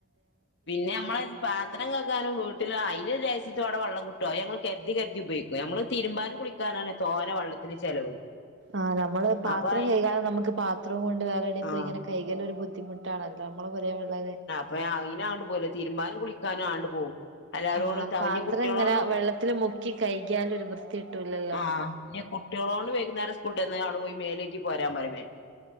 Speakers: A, on the left; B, on the right.
A: പിന്നെ നമ്മൾ പാ ത്രം കകാനും വീട്ടിൽ അയിന് ലേഷിച്ചോളം വെള്ളം കിട്ടും അത് ഞങ്ങൾ കരുതി കരുതി ഉപയോഗിക്കും ഞമ്മൾ തിരുമ്പാനും കുളിക്കാ നാണ് തോനെ വള്ളത്തിന് ചെലവ്
B: ആഹ് നമ്മള് പാത്രം
A: അപ്പൊ അയി
B: കയ്കാനും നമുക്ക് പാത്രം കൊണ്ട് വേറെടെയും
A: ആഹ്
B: പോയി ഇങ്ങനെ കൈകാനും ബുദ്ധിമു ട്ടാണല്ലോ നമ്മള് പൊരേലുള്ളത്
A: അപ്പ അയ്നാണ്ട് പോല തിരുമ്പാനും കുളിക്കാനും ആണ്ട് പോവും എല്ലാവരോടും
B: ആഹ്
A: തെകഞ്ഞ്
B: പാത്രം
A: ഇനി കുട്ടികളോണ്ടും
B: ഇങ്ങനെ വെള്ളത്തില് മുക്കി കഴുകിയാലും ഒരു വൃത്തി കിട്ടൂലല്ലോ
A: ആഹ് ഇനി <inaudible> കുട്ടികളോണ്ട് വൈകുന്നേരം സ്കൂൾ വിട്ടു വന്ന അവിടെ പോയി മേലയ്കി പോരാൻ പറയും